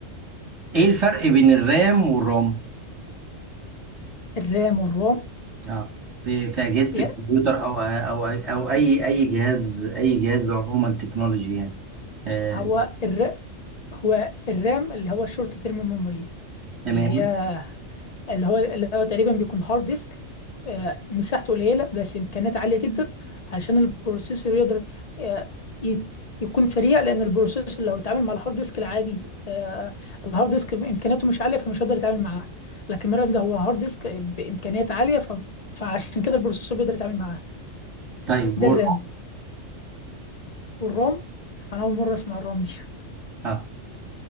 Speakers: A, on the right; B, on the left.
A: ايه الفرق بين الرام والروم
B: الرام والروم
A: اه في في اجهزه
B: يا-
A: الكمبيوتر او او او اي اي جهاز اي جهاز عموما تكنولوجي يعني آه.
B: هو الر... هو الرام اللي هو الشورت تيرم ميموري
A: تمام
B: اللي هي اللي هو اللي هو تقريبا بيكون هارد ديسك آه، مساحته قليلة بس إمكانيات عالية جدا عشان البروسيسور يقدر آه، يت- يكون سريع لأن البروسيسور لو اتعامل مع الهارد ديسك العادي آه، الهارد ديسك إمكانياته مش عالية فمش هيقدر يتعامل معاه لكن مرة ده هو هارد ديسك بإمكانيات عالية ف- فعشان كده البروسيسور بيقدر يتعامل معاه
A: طيب
B: ده
A: والروم
B: الرام والرام أنا أول مرة أسمع الرام دي <laughs>
A: اه